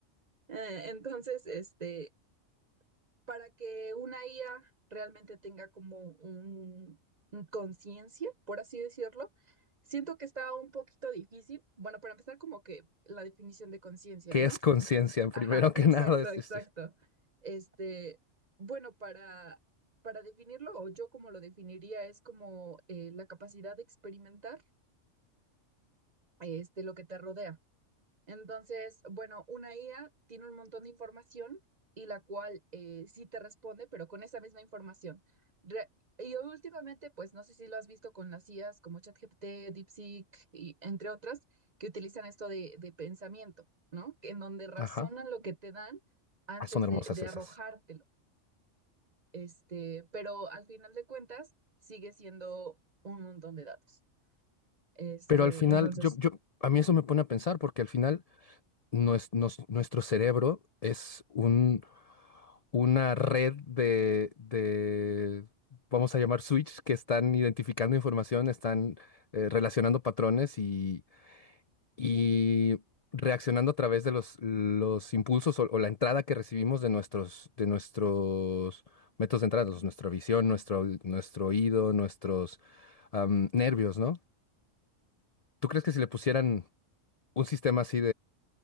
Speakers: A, on the right; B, on the left.
A: Eh, entonces, este... para que una IA realmente tenga como un, un conciencia, por así decirlo, siento que está un poquito difícil. Bueno, para empezar, como que la definición de conciencia,
B: ¿Qué
A: ¿no?
B: es conciencia? <laughs> Primero
A: Ajá, exacto,
B: que nada, es,
A: exacto.
B: es- es-
A: Este, bueno, para, para definirlo, o yo como lo definiría, es como eh, la capacidad de experimentar este, lo que te rodea. Entonces, bueno, una IA tiene un montón de información y la cual eh, sí te responde, pero con esa misma información. Re- y últimamente, pues no sé si lo has visto con las IAs como ChatGPT, DeepSeek y entre otras, que utilizan esto de, de pensamiento, ¿no? En donde razonan
B: ajá,
A: lo que te dan antes
B: ah, son hermosas
A: de, de
B: esas.
A: arrojártelo. Este, pero al final de cuentas, sigue siendo un montón de datos. Este,
B: Pero al final,
A: entonces,
B: yo, yo, a mí eso me pone a pensar, porque al final nues- nos- nuestro cerebro es un, una red de, de, vamos a llamar switch, que están identificando información, están eh, relacionando patrones y, y reaccionando a través de los, los impulsos o, o la entrada que recibimos de nuestros, de nuestros métodos de entrada, los- nuestra visión, nuestro, nuestro oído, nuestros am, nervios, ¿no? ¿Tú crees que si le pusieran un sistema así